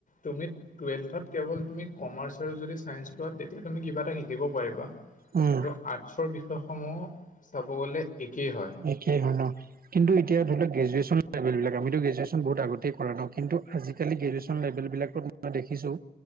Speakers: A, on the left (about 45°); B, on the right (about 55°).
A: তুমি। টোএলথত কেৱল তুমি কমাৰ্চ আৰু যদি চাইন্স লোৱা তুমি তেতিয়া শিকিব পাৰিব। কিন্তু
B: উম
A: আৰ্টছৰ বিষয়সমূহ চাব গ'লে একেই হয়।
B: একেই হয় ন কিন্তু এতিয়া ধৰি লক গ্ৰেজুৱে্চন লেভেলবিলাক। আমিতো গ্ৰেজুৱেচন বহুত আগতেই কৰা ন কিন্তু আজিকালি গ্ৰেজুৱেচন লেভেল বিলাকত মই দেখিছো।